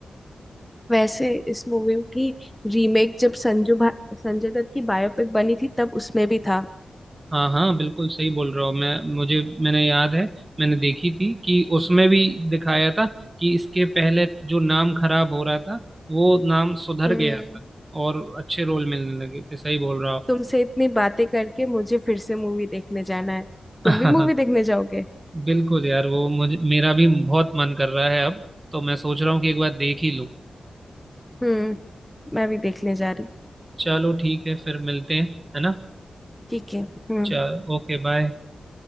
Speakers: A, in the centre; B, on the right (about 35°).
A: वैसे इस मूवी की रीमेक जब संजू भा, संजय दत्त की बायोपिक बनी थी तब उसमें भी था
B: हाँ हाँ बिल्कुल सही बोल रहा हूँ मैं मुझे मैंने याद है मैंने देखी थी कि उसमें भी दिखाया था कि इसके पहले जो नाम खराब हो रहा था वो नाम सुधर
A: हम्म
B: गया था और अच्छे रोल मिलने लगे थे सही बोल रहा
A: तुमसे इतनी बातें करके मुझे फिर से मूवी देखने जाना है तुम
B: हूँ
A: भी मूवी देखने जाओगे
B: <laughs> बिल्कुल यार वो मुझे मेरा भी बहुत मन कर रहा है अब तो मैं सोच रहा हूँ कि एक बार देख ही लूँ
A: हम्म मैं भी देखने जा रही
B: चलो ठीक है फिर मिलते हैं है ना
A: ठीक है हम्म
B: चलो ओके बाय